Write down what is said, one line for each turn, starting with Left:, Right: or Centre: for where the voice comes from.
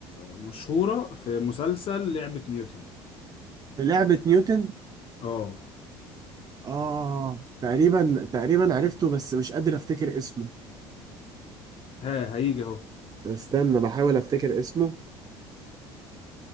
Left: مشهوره في مسلسل لعبه نيوتن
Right: في لعبة نيوتن
Left: اه
Right: آه تقريبا تقريبا عرفته بس مش قادر أفتكر اسمه
Left: ها هيجي اهو
Right: طب استنى بحاول أفتكر اسمه